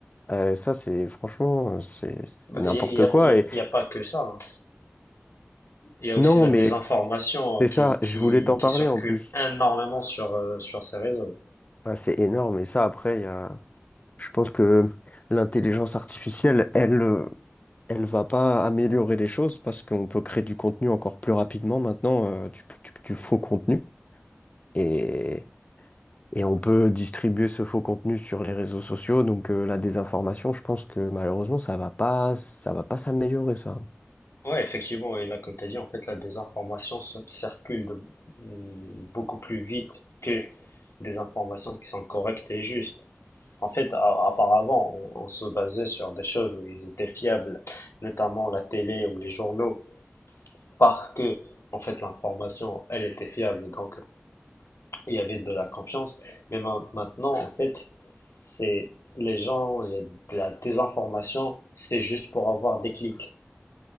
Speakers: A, on the left; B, on the left.
A: euh, ça, c'est franchement, c'est c'est
B: Bah,
A: n'importe
B: Il n'y a,
A: quoi.
B: il y a-
A: Et
B: il y a pas que ça. hein. Il y a
A: non,
B: aussi la
A: mais
B: désinformation
A: c'est
B: qui,
A: ça,
B: qui,
A: je voulais t'en
B: qui
A: parler
B: circule
A: en plus.
B: énormément sur, euh, sur ces réseaux.
A: Ah, c'est énorme. Et ça, après, il y a, je pense que l'intelligence artificielle, elle. euh, elle va pas améliorer les choses parce qu'on peut créer du contenu encore plus rapidement maintenant, euh, du, du- du faux contenu. Et, et on peut distribuer ce faux contenu sur les réseaux sociaux. Donc euh, la désinformation, je pense que malheureusement, ça va pas, ça va pas s'améliorer, ça.
B: Ouais, effectivement. Et là, comme tu as dit, en fait, la désinformation se- circule de- mm, beaucoup plus vite que des informations qui sont correctes et justes. En fait, a- auparavant, on, on se basait sur des choses où ils étaient fiables, notamment la télé ou les journaux, parce que, en fait, l'information, elle était fiable et donc il y avait de la confiance. Mais ma- maintenant, en fait, c'est les gens, il y a de la désinformation, c'est juste pour avoir des clics,